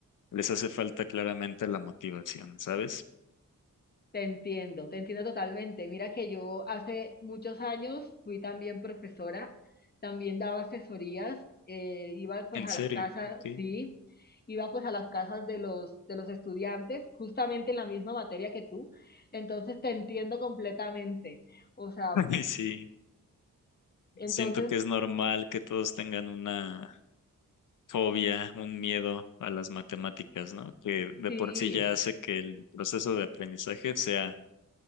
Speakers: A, on the left; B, on the left.
A: les hace falta claramente la motivación, ¿sabes?
B: Te entiendo, te entiendo totalmente. Mira que yo hace muchos años fui también profesora, también daba asesorías, eh, iba pues
A: En
B: a
A: serio,
B: las casas,
A: ok.
B: sí, iba pues a las casas de los, de los estudiantes, justamente en la misma materia que tú. Entonces te entiendo completamente. O sea,
A: <laughs> Y sí,
B: entonces
A: siento que es normal que todos tengan una fobia, un miedo a las matemáticas, ¿no? Que de
B: sí.
A: por sí ya hace que el proceso de aprendizaje sea